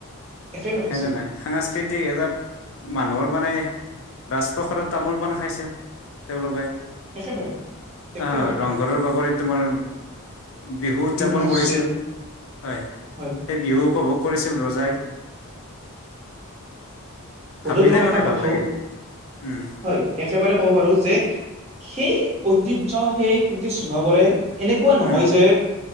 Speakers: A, on the right; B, on the left.
A: একেবাৰে
B: সেনে
A: আছিল
B: নাই সাংস্কৃ কৃতি এটা মানুহৰ মানে ৰাজপ্ৰসাৰত তামোল। অকন খাইছে তেওঁলোকে।
A: একেবাৰে একেবাৰে
B: অ ৰংঘৰৰ বাগৰিত। তোমাৰ বিহু উদযাপন
A: নাচ
B: কৰিছিল
A: আছিল
B: হয়
A: হয়
B: সেই বিহু উপভোগ কৰিছিল ৰজাই
A: বন্ধু
B: ভাবিলে
A: তোমাক এটা
B: মানে
A: কথাও
B: ভাল লাগে উম।
A: হয় একেবাৰে ক'ব পাৰো যে সেই ঐতিহ্যৰ সেই কীৰ্তি চিহ্নবোৰে এনেকুৱা নহয়
B: উম
A: যে।